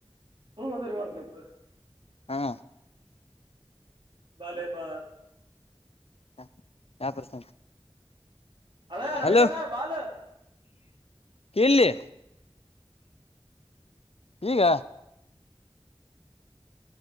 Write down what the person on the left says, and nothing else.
ಹಾ
ಹ ಯಾವ ಪ್ರಸ
ಹಲೋ
ಕಲ್ಲಿ ಈಗ